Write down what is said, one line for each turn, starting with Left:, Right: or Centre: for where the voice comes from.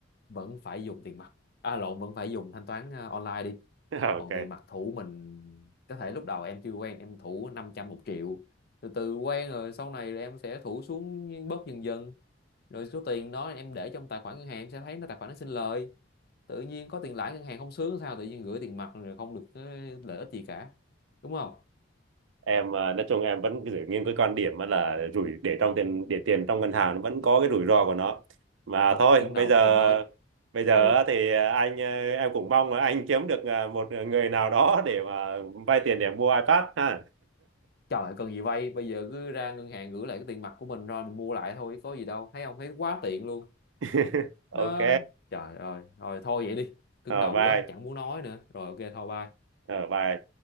Left: vẫn phải dùng tiền mặt à lộn vẫn phải dùng thanh toán ờ, online đi
Right: <laughs>
Left: còn
Right: ok
Left: tiền mặt thủ mình có thể lúc đầu em chưa quen em thủ năm trăm một triệu từ từ quen rồi sau này em sẽ thủ xuống bớt dần dần rồi số tiền đó em để trong tài khoản ngân hàng em sẽ thấy nó tài khoản nó sinh lời tự nhiên có tiền lãi ngân hàng không sướng sao tự nhiên gửi tiền mặt rồi không được cái lợi ích gì cả đúng không
Right: em à, nói chung em vẫn giữ nguyên cái quan điểm là rủi để trong tiền để tiền trong ngân hàng nó vẫn có cái rủi ro của nó mà
Left: thôi
Right: thôi
Left: cứng đầu
Right: bây giờ
Left: không nói
Right: bây giờ
Left: ừ
Right: thì anh à, em cũng mong là anh kiếm được à, một người nào đó để mà vay tiền để mua iPad ha
Left: trời ơi, cần gì vay bây giờ cứ ra ngân hàng gửi lại cái tiền mặt của mình rồi mình mua lại thôi có gì đâu thấy không thấy quá tiện luôn
Right: <laughs> ok
Left: đó trời ơi rồi thôi vậy đi cứng
Right: ở
Left: đầu
Right: bye
Left: quá chẳng muốn nói nữa rồi ok thôi bye
Right: ở bye